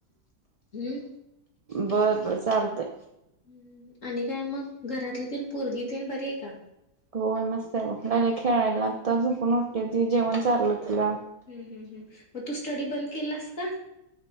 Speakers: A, on the left (about 55°); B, on the right (about 40°).
A: हम्म
B: बर बर चालतय.
A: हम्म आणि काय मग घरातली तेन पोरगी तेन बरी आहे का?
B: होय, मस्त आहे लागले खेळायला आता झुपून उठली ती जेवण चारलं तिला.
A: हम्म हम् हम् मग तू स्टडी बंद केलास का?